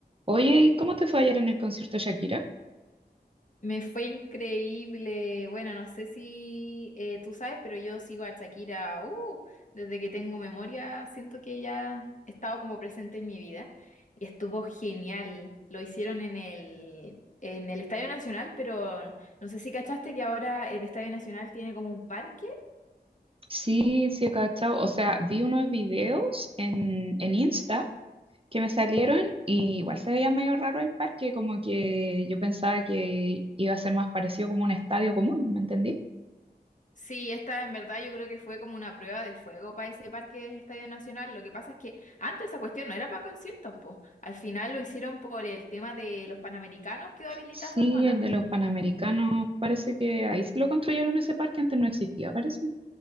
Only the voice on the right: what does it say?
Oye, ¿y cómo te fue ayer en el concierto de Shakira?
Sí, sí, he cachado. O sea, vi unos videos en, en Insta que me salieron y igual se veía medio raro el parque, como que yo pensaba que iba a ser más parecido como un estadio común, ¿me entendí?
Sí,
el de los Panamericanos, parece que ahí lo construyeron ese parque, antes no existía, parece.